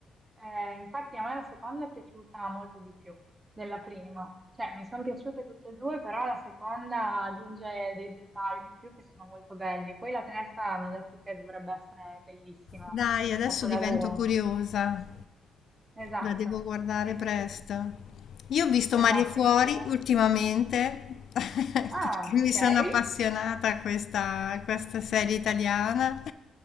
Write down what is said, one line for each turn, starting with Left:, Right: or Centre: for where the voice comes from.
Right: Eh, infatti a me la seconda è piaciuta molto di più della prima, cioè mi sono piaciute tutte e due, però la seconda aggiunge dei dettagli in più che sono molto belli. Poi la terza hanno detto che dovrebbe essere bellissima,
Left: Dai,
Right: un
Left: adesso
Right: capolavoro.
Left: divento curiosa,
Right: Esatto,
Left: la devo guardare
Right: sì, sì,
Left: presto.
Right: sì,
Left: Io ho visto
Right: esatto,
Left: Mare Fuori
Right: in forma.
Left: ultimamente <laughs> perché
Right: Ah, ok,
Left: mi sono appassionata
Right: ok,
Left: a questa, a questa serie italiana